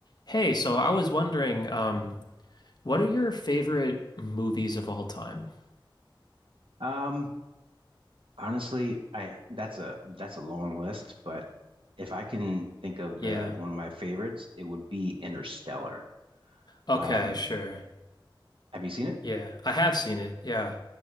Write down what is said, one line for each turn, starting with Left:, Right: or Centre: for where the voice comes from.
Left: Hey, so I was wondering, um, what are your favorite movies of all time?
Right: Um, honestly, I that's a that's a long list, but if I can think of
Left: Yeah.
Right: the one of my favorites, it would be Interstellar.
Left: Okay,
Right: Um,
Left: sure.
Right: have you seen it?
Left: Yeah. I have seen it. Yeah.